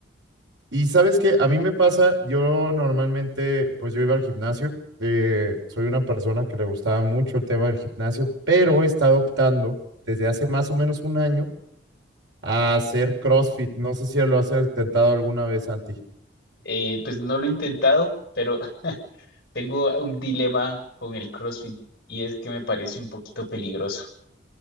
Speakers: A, on the right; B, on the left.
A: Y sabes que a mí me pasa, yo normalmente, pues yo iba al gimnasio, eh, soy una persona que le gustaba mucho el tema del gimnasio, pero he estado optando desde hace más o menos un año a hacer CrossFit. No sé si lo has intentado alguna vez, Santi.
B: Eh, pues no lo he intentado, pero <laughs> tengo un dilema con el CrossFit y es que me parece un poquito peligroso.